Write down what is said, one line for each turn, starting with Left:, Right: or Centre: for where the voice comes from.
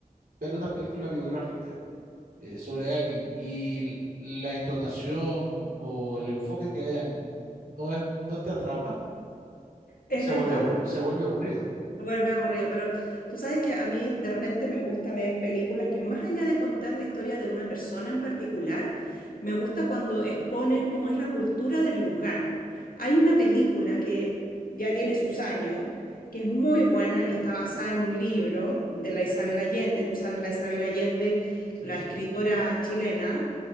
Right: ver una película biográfica eh, sobre alguien y l- la entonación o el enfoque que le dan no es, no te atrapa,
Left: es
Right: se
Left: verdad.
Right: vuelve aburri- se vuelve aburrida.
Left: Se vuelve aburrido, pero tú sabes que a mí de repente me gusta ver películas que más allá de contar la historia de una persona en particular, me gusta cuando exponen cómo es la cultura del lugar. Hay una película que ya tiene sus años, que es muy buena y está basada en un libro de la Isabel Allende. Tú sabes, la Isabel Allende,
Right: Sí,
Left: la escritora chilena.